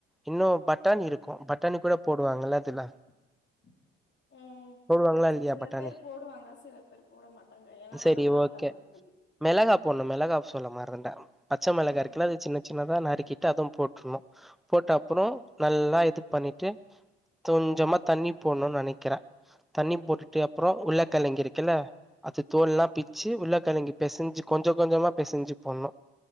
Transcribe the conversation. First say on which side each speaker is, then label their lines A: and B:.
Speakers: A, in the centre; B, on the left.
A: இன்னு பட்டாணி இருக்கு பட்டாணி கூட போடுவாங்கல்ல அதுல
B: <unintelligible> ம்
A: போடுவாங்களா இல்லையா
B: சில
A: பட்டாணி
B: பேர் போடுவாங்க சில பேர் போட மாட்டாங்க ஏனா
A: சரி
B: நல்லாருக்காதுன்
A: ஓகே
B: சொல்லி
A: மிளகா போட்ணு மிளகாவ் சொல்ல மறந்ட்டே பச்ச மிளகா
B: ம்
A: இருக்குல்ல
B: ம்
A: அது சின்ன சின்னதா நறுக்கிட்டு அது போட்ருணு போட்டப்றோ நல்லா இது பண்ணிட்டு கொஞ்சமா தண்ணி போட்ணுனு நெனைக்கிறே தண்ணி போட்டுட்டு அப்றோ உர்ளக்கெழங்கு இருக்குல்ல அது தோல்லா பிச்சு உர்ளக்கெழங்கு பெசஞ்சி கொஞ்ச கொஞ்சமா பெசிஞ்சி போட்ணு